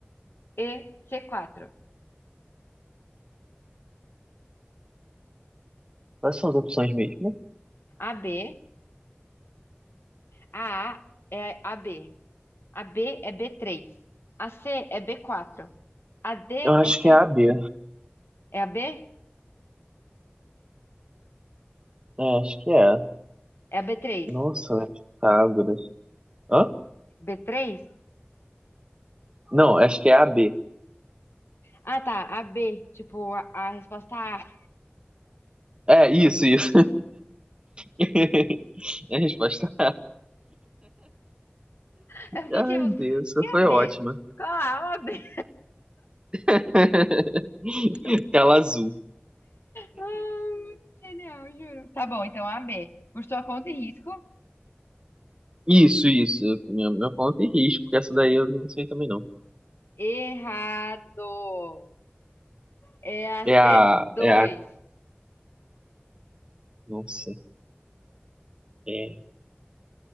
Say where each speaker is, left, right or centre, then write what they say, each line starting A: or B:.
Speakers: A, on the left; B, on the right.
A: e C4.
B: Quais são as opções mesmo?
A: AB, a A é AB, AB é B3, AC é B4, AD
B: Eu acho
A: é C,
B: que é a B.
A: é AB,
B: É, acho que é.
A: é b três
B: Nossa, é Pitágoras. Hã?
A: b três
B: Não, acho que é a B.
A: Ah, tá. A B. Tipo, a, a resposta A.
B: É, isso, isso. <laughs> É a resposta.
A: <laughs> Eu fiquei
B: Ai,
A: tipo,
B: Deus,
A: que
B: essa
A: é
B: foi
A: A
B: ótima.
A: B? Qual A? A B.
B: <laughs>
A: <laughs>
B: Tela azul.
A: Ah, muito genial, juro. Tá bom, então A B. Por sua conta e risco.
B: Isso, isso. Meu, meu ponto e risco, porque essa daí eu não sei também não.
A: Errado. É a
B: É
A: c
B: a.
A: dois.
B: É a. Nossa. É,